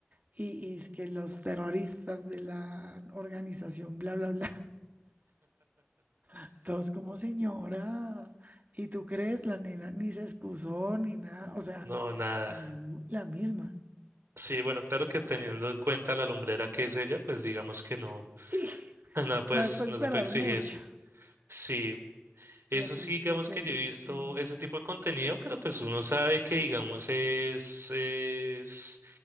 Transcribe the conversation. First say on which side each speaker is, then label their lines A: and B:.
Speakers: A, on the right; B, on the right.
A: Y, y es que los terroristas de la organización, bla, bla, bla, <laughs> todos como señora. ¿Y tú crees? La nena ni se excusó ni nada. O sea,
B: No, nada.
A: le dio la misma.
B: Sí, bueno, claro que teniendo en cuenta la lumbrera que es ella, pues digamos que no.
A: Sí,
B: <laughs> No, pues
A: no me puedo
B: no
A: esperar
B: se puede exigir.
A: mucho.
B: Sí, eso
A: Lo triste
B: sí, digamos
A: es eso.
B: que yo he visto
A: Mm.
B: ese tipo de contenido, pero pues uno sabe que, digamos, es, es,